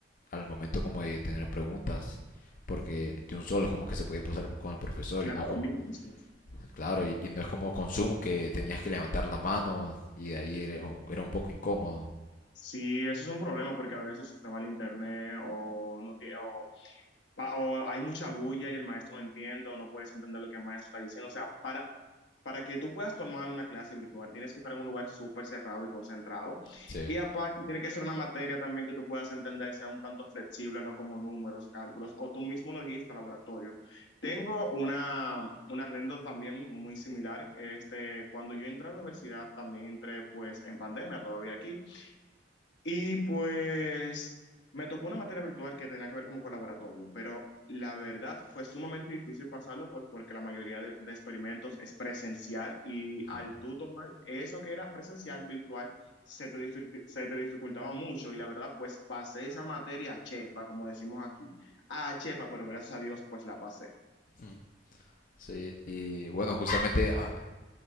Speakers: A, on the left (about 50°); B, on the left (about 85°).
A: al momento como de tener preguntas porque de un solo como que se puede pasar con el profesor
B: Claro,
A: y no es como,
B: mil veces.
A: Claro, y, y no es como con Zoom que tenías que levantar la mano y de ahí era un era un poco incómodo.
B: Sí, eso es un problema porque a veces usted mal internet o no tie- o, pa- o hay mucha bulla y el maestro no entiende o no puedes entender lo que el maestro está diciendo. O sea, para, Para que tú puedas tomar una clase virtual, tienes que estar en un lugar súper cerrado y concentrado.
A: Sí.
B: Y aparte, tiene que ser una materia también que tú puedas entender, sea un tanto flexible, no como números, cálculos, o tú mismo lo dijiste, laboratorio. Tengo una, una anécdota también muy similar. Este, cuando yo entré a la universidad, también entré pues en pandemia todavía aquí. Y pues me tocó una materia virtual que tenía que ver como con laboratorio, pero la verdad fue sumamente difícil pasarlo pues, porque la mayoría de, de experimentos es presencial y
A: Ujú.
B: al tú tomar eso que era presencial, virtual, se te, dificu- se te dificultaba mucho y la verdad pues pasé esa materia a chepa, como decimos aquí, a chepa, pero gracias a Dios pues la pasé.
A: Ujú. Sí, y bueno, justamente ah,